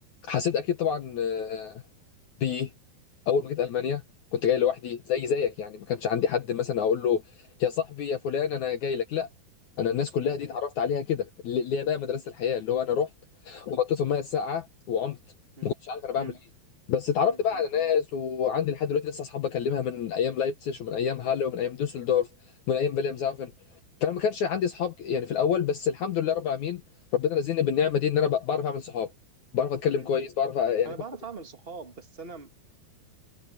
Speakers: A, on the left; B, on the right.
A: حسيت اكيد طبعا آه، بيه اول ما جيت المانيا كنت جاي لوحدي زي زيك يعني ما كانش عندي حد مثلا اقول له يا صاحبي يا فلان انا جاي لك لا انا الناس كلها
B: امم
A: دي اتعرفت عليها كده اللي اللي هي بقى مدرسه الحياه اللي هو انا رحت وحطيت في الميه الساقعه وعمت
B: مم.
A: ما كنتش عارف انا بعمل
B: مم.
A: ايه بس اتعرفت
B: مم.
A: بقى
B: مم.
A: على ناس وعندي لحد دلوقتي لسه اصحاب بكلمها من ايام لايبتسش ومن ايام هاlle ومن ايام دوسلدورف ومن ايام فيليامزهافن فانا ما كانش عندي اصحاب يعني في الاول بس الحمد لله رب العالمين ربنا رزقني بالنعمه دي ان انا ب- بعرف اعمل صحاب بعرف اتكلم
B: مم.
A: كويس بعرف أ- يعني
B: انا
A: اكون
B: بعرف
A: كويس
B: اعمل صحاب بس انا